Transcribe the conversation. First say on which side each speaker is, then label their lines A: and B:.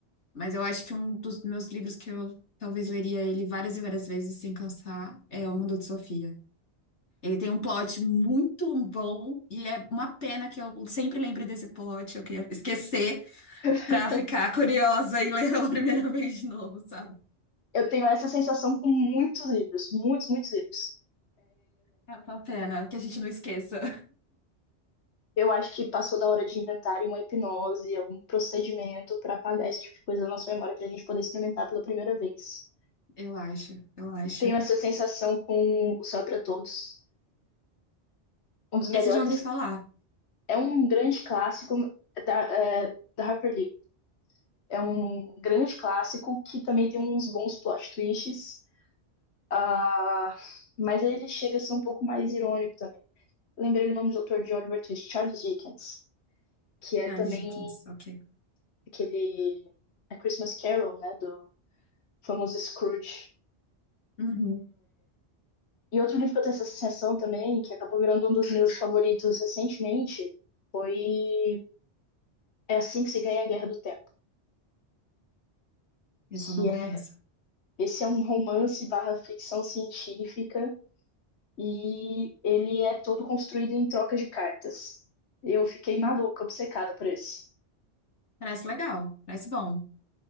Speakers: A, on the left; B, on the left.
A: Mas eu acho que um dos meus livros que eu talvez leria ele várias e várias vezes sem cansar é O Mundo de Sofia. Ele tem um plot muito bom e é uma pena que eu sempre lembre desse plot. Eu queria esquecer
B: <laughs>
A: pra ficar curiosa e ler pela primeira <laughs> vez de novo, sabe?
B: Eu tenho essa sensação com muitos livros, muitos, muitos livros.
A: É uma pena que a gente não esqueça.
B: Eu acho que passou da hora de inventarem uma hipnose, algum procedimento para apagar esse tipo de coisa da nossa memória para a gente poder experimentar pela primeira vez.
A: Eu acho, eu acho.
B: Tenho essa sensação com O Céu é para Todos. Um dos melhores.
A: Esse eu já ouvi falar.
B: É um grande clássico é da, é, da Harper Lee. É um grande clássico que também tem uns bons plot twists. ah, mas ele chega a ser um pouco mais irônico também. Lembrei o nome do autor de Oliver Twist, Charles Dickens, que é
A: Charles
B: também
A: Dickens, ok.
B: aquele A Christmas Carol, né, do famoso Scrooge.
A: Uhum.
B: E outro livro que eu tenho essa associação também, que acabou virando um dos meus favoritos recentemente, foi É Assim que se ganha a Guerra do Tempo.
A: Esse
B: Que
A: eu não conheço.
B: é, esse é um romance barra ficção científica e ele é todo construído em troca de cartas. Eu fiquei maluca, obcecada por esse.
A: Parece legal, parece bom.